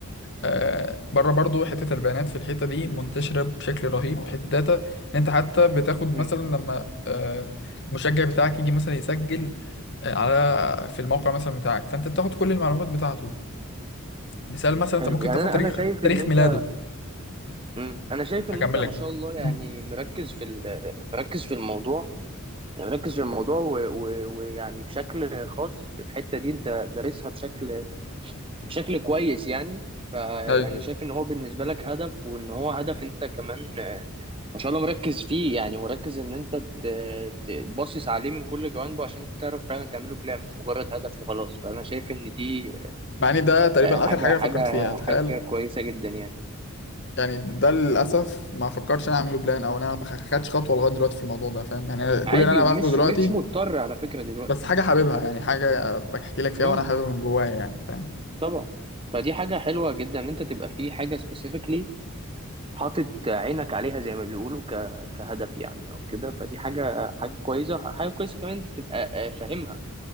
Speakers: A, on the left (about 50°); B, on the right (about 25°).
A: آه بره برضو حته البيانات في الحته دي منتشره بشكل رهيب حته داتا ان انت حتى بتاخد
B: أمم.
A: مثلا لما آه المشجع بتاعك يجي مثلا يسجل آه، على في الموقع مثلا بتاعك فانت بتاخد كل المعلومات بتاعته مثال مثلا انت
B: حلو
A: ممكن
B: يعني
A: تاخد
B: انا
A: تاريخ
B: انا شايف
A: تاريخ
B: ان انت
A: ميلاده
B: أمم. انا شايف ان
A: هكمل
B: انت ما
A: لك
B: شاء الله يعني
A: مم.
B: مركز في ال- مركز في الموضوع يعني مركز في الموضوع و- و- ويعني بشكل خاص الحتة دي انت دارسها بشكل بشكل كويس يعني فيعني
A: مم.
B: شايف ان هو بالنسبة لك هدف وان هو هدف انت كمان آه، ما شاء الله مركز فيه يعني مركز ان انت ت- تبصص عليه من كل جوانبه عشان تعرف فعلا تعمله بلان مش مجرد هدف وخلاص فانا شايف ان دي
A: مع ان ده تقريبا
B: آه، حاجة
A: اخر حاجه انا
B: حاجة
A: فكرت فيها تخيل
B: حاجة كويسة جدا يعني
A: يعني ده للاسف ما فكرتش انا اعمله بلان او انا ما خدتش خطوه لغايه دلوقتي في الموضوع ده فاهم يعني أنا كل
B: عادي
A: اللي انا
B: ومش
A: باخده دلوقتي
B: مش مضطر على فكرة دلوقتي
A: بس حاجه حاببها
B: تاخد
A: يعني
B: خطوة
A: حاجه بحكي لك فيها
B: مم،
A: وانا حاببها من جوايا يعني فاهم
B: طبعا فدي حاجة حلوة جدا ان انت تبقى في حاجة specifically حاطط عينك عليها زي ما بيقولوا ك- كهدف يعني او كده فدي حاجه حاجه كويسه حاجه كويسه كمان انت تبقى آه، فاهمها